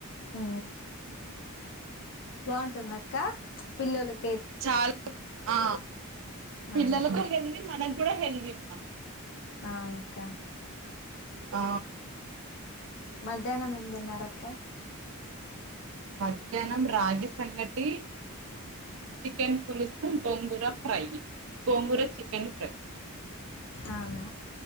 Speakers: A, on the left; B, on the right.
A: ఉ బాగుంటుంది అక్క పిల్లలకి
B: చాలా ఆ పిల్లలకు
A: ఆహా
B: ఎల్దీ ద మన కూడా హెల్దీమ్మా
A: ఆమెక్క
B: ఆ
A: మధ్యాహ్నం ఎమ్ది నరక్క
B: మధ్యాహ్నం రాగి సంగటి చికెన్ పులుసు గొంగూర హై గోంగుర చికెన్ ఫ్రై
A: అవునా